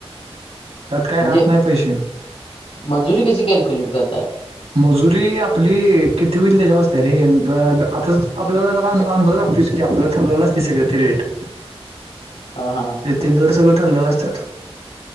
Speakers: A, on the right (about 80°); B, on the left (about 75°).
A: त्यात काय
B: म्हणजे
A: राहत नाय पैशे
B: मजुरी कशी कॅल्क्युलेट करताय
A: मजुरी आपली किती होईल त्याच्या वर असत्या रे आता आपल्याला ज अ अंदाज लागतोयच की की आपलं <unintelligible> दिसल ते रेट
B: हा हा
A: ते दर सगं ठरलेलं असतात